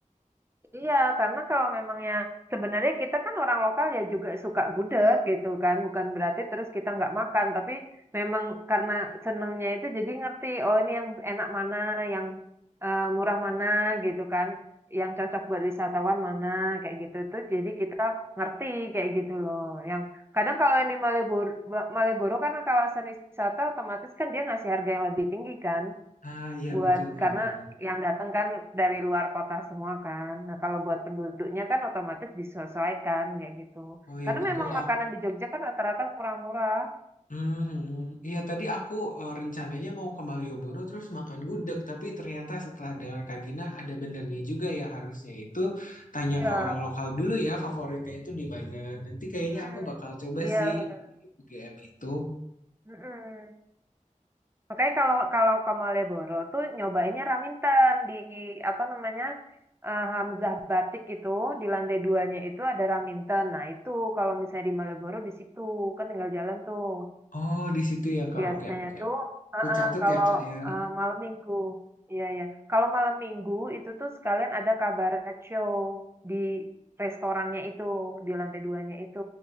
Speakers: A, on the right; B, on the left.
A: Iya, karena kalau memangnya sebenarnya kita kan orang lokal ya juga suka gudeg gitu kan, bukan berarti terus kita nggak makan, tapi memang karena senengnya itu jadi ngerti, oh ini yang enak mana, yang eh, murah mana gitu kan, yang cocok buat wisatawan mana kayak gitu tuh, jadi kita ngerti kayak gitu loh. Yang kadang kalau yang di Maleboro, Maleboro karena kawasan wisata otomatis kan dia ngasih harga yang lebih tinggi kan
B: Ah, iya
A: buat
B: betul, Kak,
A: karena
B: betul.
A: yang datang kan dari luar kota semua kan. Nah, kalau buat penduduknya kan otomatis disesuaikan kayak gitu.
B: Oh iya
A: Karena
B: betul.
A: memang makanan di Jogja kan rata-rata murah-murah.
B: Mhm. Iya tadi aku eh, rencananya mau ke Malioboro terus makan gudeg tapi ternyata setelah dengar Kak Gina ada benernya juga ya harusnya itu tanya
A: Iya.
B: ke orang lokal dulu ya favoritnya itu di mana. Nanti kayaknya
A: Hmm.
B: aku bakal coba
A: Iya,
B: sih
A: bener.
B: di UGM itu.
A: Mm-mm. Makanya kalau kalau ke Malioboro tuh nyobainnya Raminten di apa namanya eh, Hamzah Batik itu di lantai duanya itu ada Raminten. Nah itu kalau misalnya di Malioboro di situ kan tinggal jalan tuh.
B: Oh di situ ya Kak.
A: Biasanya
B: Oke oke.
A: tuh
B: Aku
A: eh, eh,
B: catat
A: kalau
B: ya Kak ya.
A: eh, malam minggu, iya iya. Kalau malam minggu itu tuh sekalian ada kabaret show di restorannya itu, di lantai duanya itu.